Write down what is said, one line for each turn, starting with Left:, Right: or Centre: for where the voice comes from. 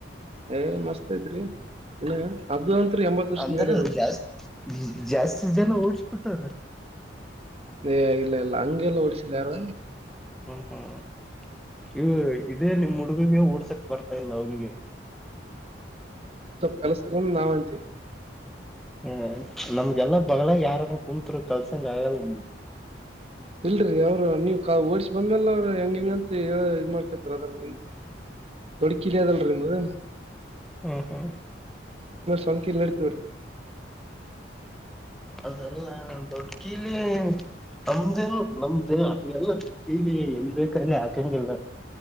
Right: ಏ ಮಸ್ತ್ ಐತ್ರಿ ಇನ್ನ ಅದು ಅಂತೂ ಎಂಬತ್ತು ವರ್ಷದ
Centre: ಅಂದ
Right: ಗಾಡಿ ಅದು
Centre: ಜಸ್ ಸಿಜನ್ ಹ ಟರ
Right: ಏ ಇಲ್ಲ ಇಲ್ಲ ಅಂಗ ಎಲ್ಲ ಡಶಿಲ್ಲ ಯಾರ
Centre: ಹ್ಮ್ ಹ್ಮ್ ಇ ಇದೇ ನಿಮ ಹುಡುಗಗೆ ಓಡ್ಸಕ್ ಬರ್ತಾ ಇಲ್ಲ ಅವಂಗೆ
Right: ಕಲಸರ ನಾವಂತೆ
Centre: ಹ್ಮ್ ನಮ್ಗೆಲ್ಲ ಬಗ್ಲ ಯಾರಾರ ಕುೂಂತ್ರು ಕಲ್ಸ ಜಾಯಲ್
Right: ಇಲ್ರರಿ ಅವ್ರು ನೀವ್ ಕ ಓಡ್ಸ ಬಂದ್ಮೇಲೆ ಅವ್ರು ಹೆಂಗಿಂಗಂತ ಹೇಳ ಇದ್ ಮಾಡ್ಕತರ ಅದ್ರಮ ಹಡಕಲಿ ಅದಲ್ರಿ ನಿಮ್ದ
Centre: ಹ್ಮ ಹಾ
Right: ಸಂಕಲ್ಡ್ತವ್ರೀ
Centre: ಅದಲ್ಲ ದೊಡ್ಕಿಲಿ ನಮ್ದೇನು ನಮ್ದೇ ಎಲ್ಲ ಕಲಿ ಎಲ್ಲಿ ಬೇಕಾದ್ರೆ ಹಾಕಂಗಿಲ್ಲ